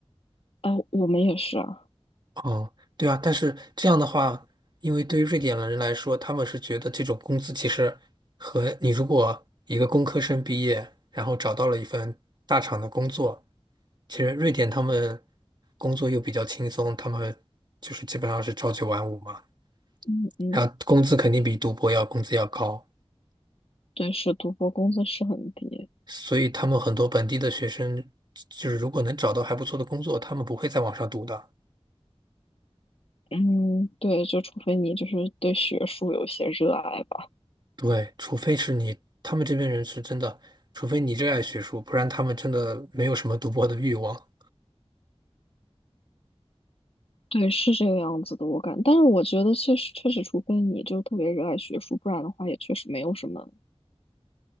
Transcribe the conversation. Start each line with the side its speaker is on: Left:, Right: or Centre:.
Left: 啊、我们也是啊，
Right: 哦，对啊，但是这样的话，因为对于瑞典人来说，他们是觉得这种工资其实和你如果一个工科生毕业，然后找到了一份大厂的工作，其实瑞典他们工作又比较轻松，他们就是基本上是朝九晚五嘛，
Left: 嗯嗯，
Right: 然后工资肯定比读博要工资要高。
Left: 对，是读博工资是很低，
Right: 所以他们很多本地的学生，就是如果能找到还不错的工作，他们不会再往上读的。
Left: 嗯，对，就除非你就是对学术有些热爱吧，
Right: 对，除非是你，他们这边人是真的，除非你热爱学术，不然他们真的没有什么读博的欲望。
Left: 对，是这个样子的，我感，但是我觉得确实确实，除非你就特别热爱学术，不然的话也确实没有什么，